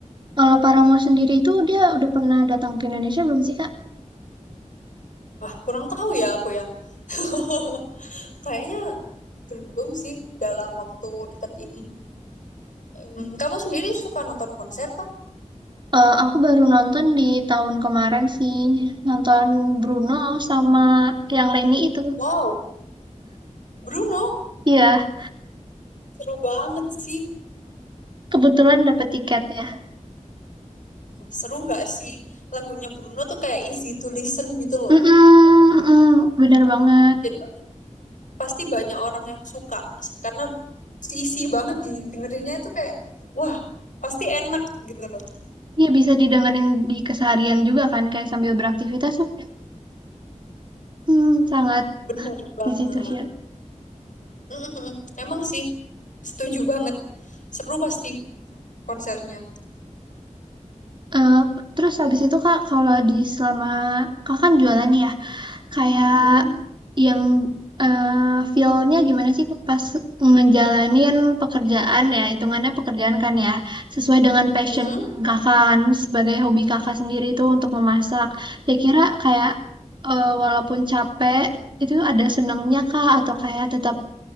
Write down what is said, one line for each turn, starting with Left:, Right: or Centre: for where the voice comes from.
Right: Kalau Paramore sendiri itu dia udah pernah datang ke Indonesia belum sih Kak?
Left: Wah kurang tahu ya aku ya. <laughs> Kayaknya belum sih dalam waktu dekat ini. Hmm, Kamu sendiri suka nonton konser kah?
Right: Eh, aku baru nonton di tahun kemarin sih, nonton Bruno sama yang Lenny itu.
Left: Wow, Bruno,
Right: Iya,
Left: seru banget sih.
Right: kebetulan dapet tiket ya.
Left: Seru nggak sih? Lagunya Bruno tuh kayak easy to listen gitu loh.
Right: Mm-mm, mm-mm, bener banget.
Left: Jadi pasti banyak orang yang suka karena isi banget didengerinnya itu kayak wah, pasti enak gitu loh.
Right: Iya bisa didengerin di keseharian juga kan kayak sambil beraktivitas tuh hmm, sangat
Left: Bener banget.
Right: di situ sih.
Left: Mm-mm-mm. Emang sih, setuju banget. Seru pasti konsernya.
Right: Eh, terus habis itu Kak kalau di selama kak kan jualan nih ya kayak
Left: Mm-mm.
Right: yang eh feel-nya gimana sih pas ngejalanin pekerjaan ya hitungannya pekerjaan kan ya sesuai dengan passion
Left: Mm-mm.
Right: Kakak kan sebagai hobi Kakak sendiri itu untuk memasak. Saya kira kayak eh, walaupun capek itu ada senangnya kak atau kayak tetap